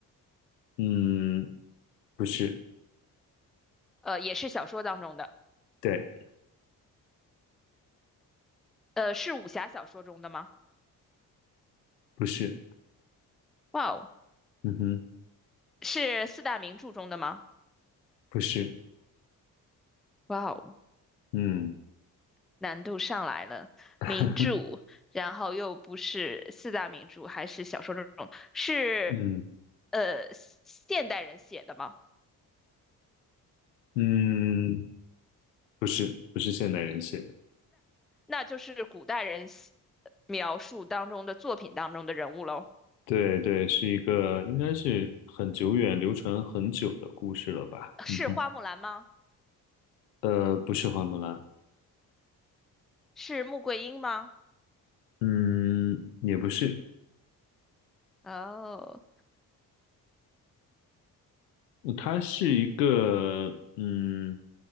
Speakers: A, on the left (about 80°); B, in the centre.
A: 嗯，不是，
B: 呃，也是小说当中的。
A: 对，
B: 呃，是武侠小说中的吗？
A: 不是，
B: 哇哦，
A: 嗯哼，
B: 是四大名著中的吗？
A: 不是，
B: 哇哦，
A: 嗯
B: 难度上来了，
A: <laughs>
B: 名著，然后又不是四大名著，还是小说这种，是
A: 嗯
B: 呃现代人写的吗？
A: 嗯，不是，不是现代人写的，
B: 那就是古代人写描述当中的作品当中的人物喽。
A: 对对，是一个应该是很久远、流传很久的故事了吧？
B: <laughs> 是花木兰吗？
A: 嗯哼，呃，不是花木兰，
B: 是穆桂英吗？
A: 嗯，也不是，
B: 哦，
A: 它是一个，嗯，